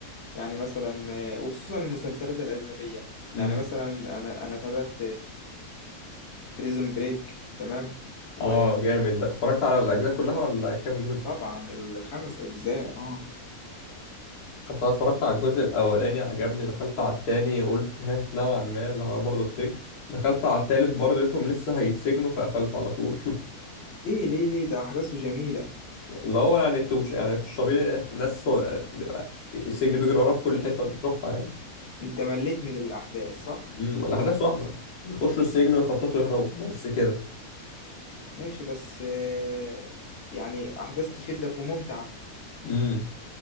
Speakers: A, on the left (about 50°); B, on the left (about 75°).
A: يعني مثلا آه، وخصوصا المسلسلات الأجنبية
B: امم
A: يعني مثلا أنا أنا تابعت بريزون بريك تمام و
B: اه جامد ده اتفرجت على الاجزاء كلها ولا كام جزء
A: طبعا ال- الخمس أجزاء اه
B: بس انا اتفرجت على الجزء الاولاني عجبني دخلت على التاني قلت ها نوعا ما اللي هو برضه في سجن دخلت على التالت برضه اسمهم لسه هيتسجنوا فقفلت على طول
A: ليه ليه ليه ده أحداثه جميلة
B: <laughs> اللي هو يعني انتوا مش يعني مش طبيعي ناس بيبقى السجن بيجري وراها في كل حتة بتروحها يعني
A: أنت مليت من الأحداث صح؟
B: امم الاحداث واحدة يخشوا السجن ويخططوا يهربوا بس كده
A: ماشي بس آه يعني أحداث تشدك وممتعة
B: امم